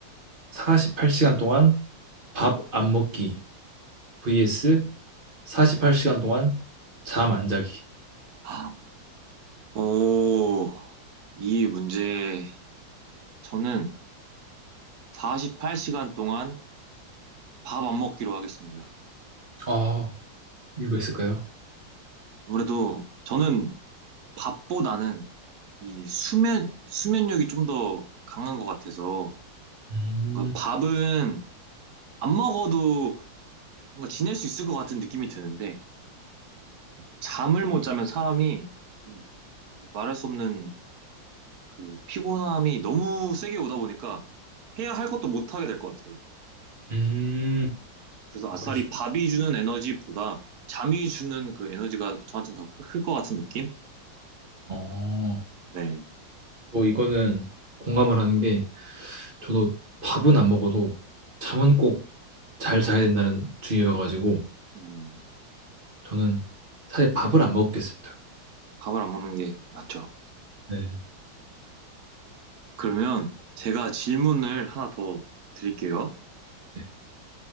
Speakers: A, on the right (about 35°); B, on the right (about 60°).
A: 48시간 동안 밥 안 먹기 vs 48시간 동안 잠 안 자기.
B: 아, 오, 이 문제 저는 48시간 동안 밥 안 먹기로 하겠습니다.
A: 아, 이유가 있을까요?
B: 아무래도 저는 밥보다는 이 수면, 수면력이 좀 더 강한 것 같아서
A: 음,
B: 뭔가 밥은 안 먹어도 뭔가 지낼 수 있을 것 같은 느낌이 드는데 잠을 못 자면 사람이 이- 이 말할 수 없는 그 피곤함이 너무 세게 오다 보니까 해야 할 것도 못 하게 될 것 같아요.
A: 음,
B: 그래서
A: 아,
B: 아싸리
A: 그럴 수,
B: 밥이 주는 에너지보다 잠이 주는 그 에너지가 저한테는 더 클 것 같은 느낌?
A: 어,
B: 네.
A: 저도 이거는 공감을 하는 게 저도 밥은 안 먹어도 잠은 꼭 잘 자야 된다는 주의여가지고
B: 음,
A: 저는 사실 밥을 안 먹겠습니다.
B: 밥을 안 먹는 게 맞죠.
A: 네,
B: 그러면 제가 질문을 하나 더 드릴게요.
A: 네.